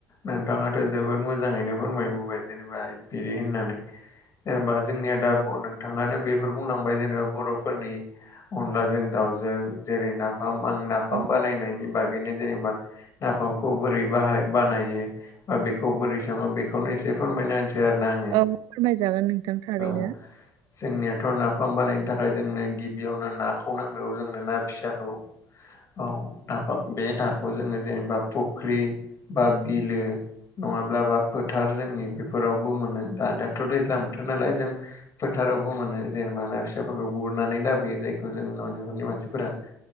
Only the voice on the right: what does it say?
औ
औ फोरमायजागोन नोंथां थारैनो